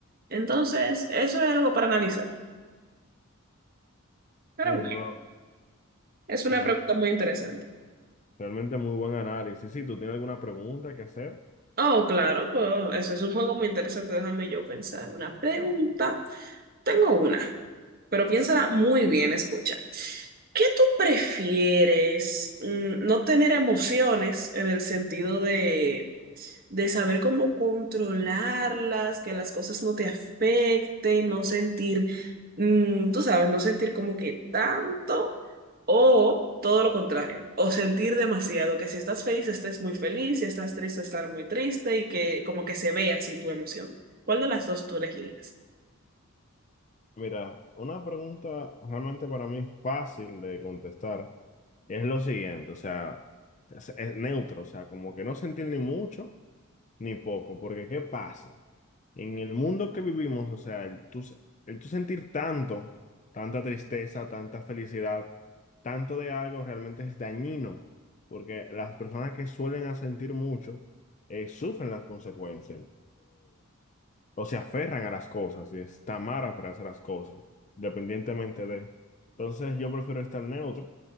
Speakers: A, on the right (about 45°); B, on the left (about 35°).
A: Entonces, eso es algo para analizar. Pero
B: mm,
A: bueno,
B: no,
A: es una
B: realmente,
A: pregunta muy interesante.
B: realmente muy buen análisis. Sí, ¿tú tienes alguna pregunta que hacer?
A: Oh, claro, pues, eso es un juego muy interesante. Déjame yo pensar. Una pregunta. Tengo una. Pero piénsala muy bien, escucha. ¿Qué tú prefieres? Mm, No tener emociones en el sentido de, de saber cómo controlarlas, que las cosas no te afecten, no sentir, mm, tú sabes, no sentir como que tanto, o todo lo contrario, o sentir demasiado, que si estás feliz estés muy feliz, si estás triste estar muy triste y que como que se vea así tu emoción. ¿Cuál de las dos tú elegirías?
B: Mira, una pregunta realmente para mí fácil de contestar es lo siguiente, o sea, es, es neutro, o sea, como que no sentir ni mucho ni poco, porque ¿qué pasa? En el mundo que vivimos, o sea, el tú, se- el tú sentir tanto, tanta tristeza, tanta felicidad, tanto de algo realmente es dañino, porque las personas que suelen a sentir mucho eh, sufren las consecuencias o se aferran a las cosas y están mal para hacer las cosas, independientemente de. Entonces yo prefiero estar neutro, o